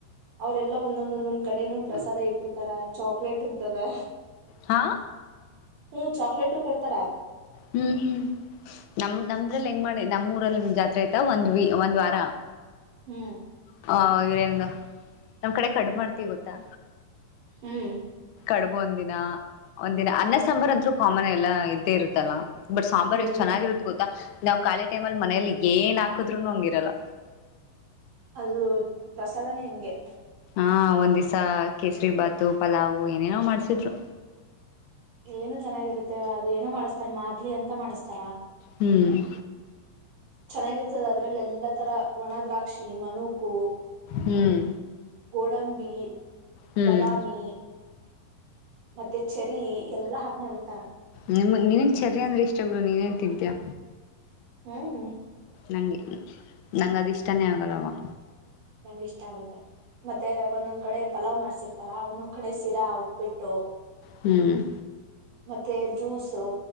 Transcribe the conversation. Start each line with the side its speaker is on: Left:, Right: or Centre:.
Right: ಅವ್ರೆಲ್ಲಾ ಒಂದೊಂದೊಂದೊಂದ್ ಕಡೆನೂ ಪ್ರಸಾದ ಇಟ್ಟಿರ್ತಾರೆ ಚಾಕ್ಲೇಟ್ ಇರ್ತದೆ.
Left: ಹಾ
Right: ಹು ಚಾಕ್ಲೇಟು ಕೊಡ್ತಾರಾ.
Left: ಹ್ಮ್ ಹ್ಮ್ ನಮ ನಮ್ರ್ದಲ್ಲಿ ಹೆಂಗ ಮಾಡಿ ನಮ್ಊರಲ್ಲಿ ಜಾತ್ರೆ ಆಯ್ತ ಒಂದ್ ವ ಒಂದ್ ವಾರ.
Right: ಹ್ಮ್
Left: ಹ ಇದೇನಿದು ನಮ್ ಕಡೆ ಕಡುಬು ಮಾಡ್ತೀವಿ ಗೊತ್ತಾ.
Right: ಹ್ಮ್
Left: ಕಡುಬು ಒಂದು ದಿನ ಒಂದಿನ ಅನ್ನ ಸಾಂಬಾರು ಅಂದ್ರು ಕಾಮನ್ ಎಲ್ಲಾ ಇದ್ದೇ ಇರುತ್ತಲ್ಲ. ಬಟ್ ಸಾಂಬಾರ್
Right: ಹ್ಮ್
Left: ಎಷ್ಟ್ ಚೆನ್ನಾಗಿರುತ್ತೆ ಗೊತ್ತಾ ನಾವ್ ಕಾಲಿ ಟೈಮಲ್ಲಿ ಮನೇಲಿ ಏನ್ ಹಾಕುದ್ರುನು ಹಂಗಿರಲ್ಲ
Right: ಅದು ಪ್ರಸಾದನೇ ಹಂಗೆ.
Left: ಹಾ ಒಂದ್ ದಿಸ ಕೇಸರಿ ಬಾತು ಪಲಾವು ಏನೇನೋ ಮಾಡ್ಸಿದ್ರು.
Right: ಎನು ಚೆನ್ನಾಗಿರುತ್ತೆ ಅದು ಏನೋ ಮಾಡುಸ್ತಾರೆ ಮಾದ್ಲಿ ಅಂತ ಮಾಡಸ್ತಾರ.
Left: ಹ್ಮ್
Right: ಚೆನ್ನಾಗಿರ್ತದ ಅದ್ರಲ್ಲು ಎಲ್ಲಾ ತರ ಒಣ ದ್ರಾಕ್ಷಿ ಮನೂಕು
Left: ಹ್ಮ್
Right: ಗೋಡಂಬಿ
Left: ಹ್ಮ್
Right: ಬಾದಾಮಿ ಮತ್ತೆ ಚೆರಿ ಎಲ್ಲಾ ಹಾಕ್ ಮಾಡಿರ್ತಾರ
Left: ನೀವಾ ನೀವು ಚರಿ ಅಂದ್ರೆ ಏ ಅಷ್ಟು ಏನು ತಿಂತ್ಯಾ.
Right: ಹಾವೋ
Left: ನಂಗೆ ನಂಗೆ ಅದು ಇಷ್ಟಾನೇ ಆಗಲ್ಲವಾ.
Right: ನಂಗ್ ಇಷ್ಟ ಆಗತ್ತೆ ಮತ್ತೆ ಒಂದೊಂದ್ ಕಡೆ ಪಲಾವ್ ಮಾಡ್ಸಿರ್ತಾರ ಒಂದೊಂದ್ ಕಡೆ ಚಿರಾ ಉಪ್ಪಿಟ್ಟು
Left: ಹ್ಮ್
Right: ಮತ್ತೆ ಜ್ಯೂಸು